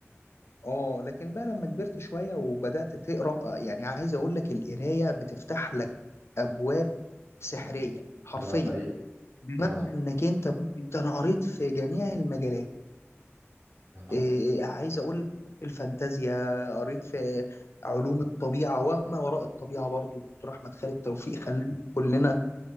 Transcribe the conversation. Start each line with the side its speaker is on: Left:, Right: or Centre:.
Left: آه، آه، لكن بقى لما كبرت شوية وبدأت تقرأ آه، يعني عايز اقول لك القراية بتفتح لك ابواب سحرية حرفيا
Right: ده حقيقي
Left: بمعنى
Right: ده
Left: انك انت ممكن انت انا قريت في جميع المجالات
Right: برافو
Left: إيه عايز اقول لك الفانتازيا قريت في علوم الطبيعه وما وراء الطبيعه برضو دكتور احمد خالد توفيق خلانا كلنا